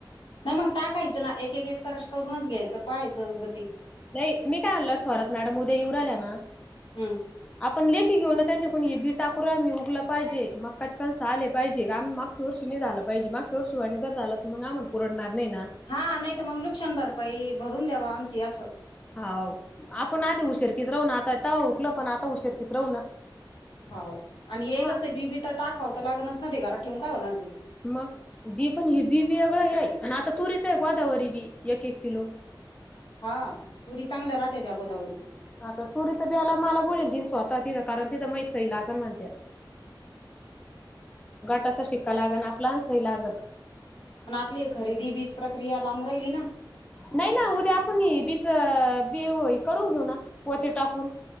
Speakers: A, on the left; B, on the left.
A: नाही मग टाकायचं ना एक एक क करूनच घ्यायचं पाहायचं वग
B: नाही मी काय म्हणलं थोरात मॅडम उद्या येऊ राहिल्या ना,
A: हम्म
B: अप पण लेखी घेऊन त्यांच्या कडून हे बी टाकू राहिलो, उगल पाहिजे मग कशे कणस आले पाहिजे आम्ही मागच्या वर्षी नाही झालं पाहिजे मागच्या वर्षीवाणी जर झालं तर मग आमण पुरडणार नाही ना
A: हा नाही तर मग नुकशान भरपाई भरून द्या आमची असं
B: होा आपण आधी उशरकीत राहू ना आताता उकल पण आता उशरकीत राहू ना
A: हो आणि येलच
B: हा
A: आहे बीबी तर टाकाव तर लागणारच ना ते घरात ठेवून काय होणार आहे त्याच
B: मग बी पण ह बी बी एगळां आहे आणि आता तुरीच आहे गोदावरी बी एक एक किलो
A: हा तुरी चांगलं राहतेय त्या गोदावरी
B: आता तुरीच बिला मला बलेल त स्वतः तिथं कारण तिथं म सही लागल म्हणते गटाचा शिक्का लागल आपला सही लागल
A: पण आपली खरेदी वीज प्रक्रिया लांबू राहिली ना
B: नाही ना उद्या आपण बीच बी करून घेऊ ना पते टाकून